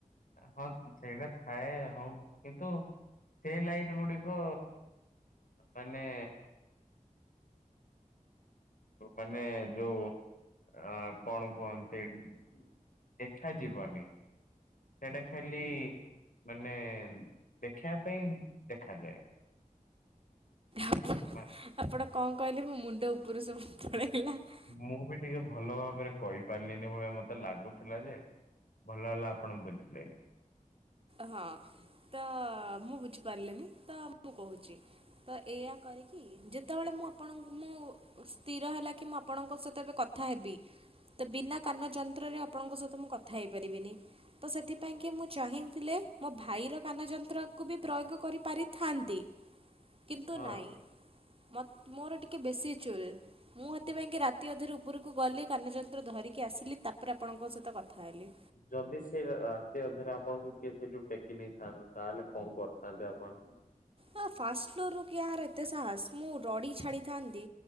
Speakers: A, on the left; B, on the right.
A: ହଁ, ସେଇଟା ଥାଏ ହଁ କିନ୍ତୁ ସେଇ ଲାଇଟ୍ ଗୁଡିକ ମାନେ କଣ ମାନେ ଯୋଉ ଅ କଣ କୁହନ୍ତି <unintelligible> ଦେଖା ଯିବନି ସେଟା ଖାଲି ମାନେ ଦେଖିବା ପାଇଁ ଦେଖାଯାଏ।
B: ଆପଣ
A: ମା
B: ଆପଣ କଣ କହିଲେ ମୋ ମୁଣ୍ଡ ଉପରୁ ସବୁ ପଳେଇଲା <unintelligible>
A: ମୁଁ ବି ଟିକେ ଭଲ ଭାବରେ କହିପାରିଲିନି ଭଳିଆ ମତେ ଲାଗୁଥିଲା ଯେ ଭଲ ହେଲା ଆପଣ ବୁଝିପାଇଁଲେ।
B: ହଁ ତ ମୁଁ ବୁଝିପାରିଲିନି ତ ମୁଁ କହୁଛି ତ ଏଇଆ କରିକି ଯେତେବେଳେ ମୁଁ ଆପଣ ମୁଁ ସ୍ଥିର ହେଲା କି ମୁଁ ଆପଣଙ୍କ ସହିତ ଏବେ କଥା ହେବି। ତ ବିନା କାନ ଯନ୍ତ୍ରରେ ଆପଣଙ୍କ ସହିତ ମୁଁ କଥା ହେଇପାରିବିନି ତ ସେଥିପାଇଁ କିି ମୁଁ ଚାହିଁ ଥିଲେ ମୋ ଭାଇର କାନ ଯନ୍ତ୍ରକୁ ବି ପ୍ରୟୋଗ କରିପାରିଥାନ୍ତି। କିନ୍ତୁ
A: ହଁ
B: ନାହିଁ ମ ମୋର ଟିକେ ବେଶୀ ଚୁଲ୍ ମୁଁ ହେତି ପାଇଁକି ରାତି ଅଧରେ ଉପରକୁ ଗଲି କାନଯନ୍ତ୍ର ଧରିକି ଆସିଲି ତାପରେ ଆପଣଙ୍କ ସହିତ କଥା ହେଲି।
A: ଯଦି ସେ ରାତି ଅଧରେ ଆପଣଙ୍କୁ କିଏ ସେଇଠୁ ଟେକି ନେଇଥାନ୍ତେ ତାହେଲେ କଣ କରିଥାନ୍ତେ ଆପଣ?
B: ହଁ ଫାଷ୍ଟ ଫ୍ଲୋର ରୁ କାହାର ଏତେ ସାହସ ମୁଁ ରଡି ଛାଡିଥାନ୍ତି।